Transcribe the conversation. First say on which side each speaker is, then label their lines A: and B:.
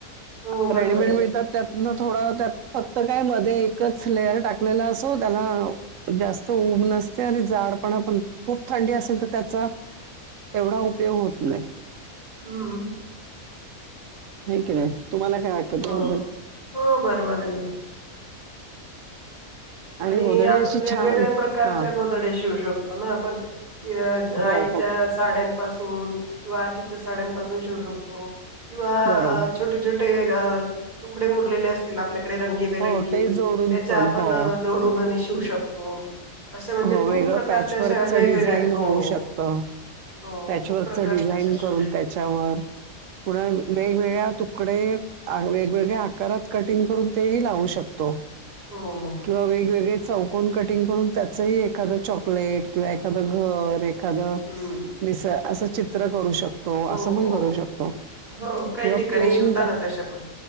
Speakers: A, on the right; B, on the right.
A: हो
B: आता
A: बरोबर
B: रेडीमेड
A: आहे
B: मिळतात त्यातन. थोड त्यात फक्त काय मध्ये एकच. लेयर टाकलेला असो त्याला जास्त उब न असत्या आणि जाडपणा पण खूप थंडी असेल तर त्याचा. एवढा उपयोग होत नाही.
A: हम्म.
B: नाही की नाही तुम्हाला काय वाटतं
A: हो
B: दल.
A: हो बरोबर आहे ना आणि
B: गोधडी
A: आपण
B: अशी
A: वेगवेगळ्या
B: छान
A: प्रकारच्या
B: हा
A: गोधड्या शिवू शकतो ना आपण. कि अ
B: हो
A: आईच्या
B: हो
A: साड्यांपासून. किंवा आजीच्या साड्यांपासून शिवू शकतो. किंवा
B: बरोबर
A: अ छोटे-छोटे अ तुकडे उरलेले असतील आप आपल्याकडे रंगीबेरंगी
B: हो ते जोडून
A: त्याच्या
B: पण
A: आपण
B: हो
A: जोडून शिवू शकतो. असे म्हणजे
B: हो
A: खूप
B: वेगळं
A: प्रकारच्या
B: पॅचवर्कच
A: अशा वेगवेगळ्या
B: डिझाईन
A: हो
B: होऊ शकतं.
A: हो
B: पॅचवर्क
A: खूप प्रकारच्या
B: च डिझाईन
A: अशा शिवू
B: करून त्याच्यावर पुन्हा वेगवेगळ्या तू तूकडे वेगवेगळ्या आकारात कटिंग करून तेही लावू शकतो.
A: शकतो हो
B: किंवा वेगवेगळे चौकोन कटिंग करून त्यात. एखाद चॉकलेट. किंवा एखादं घर. एखाद
A: हम्म
B: निस अस. चित्र करू शकतो.
A: हो
B: अस पण
A: हो
B: करू शकतो.
A: हो काही
B: किंवा
A: ठिकाणी
B: प्लेन
A: शिवताना तशा पण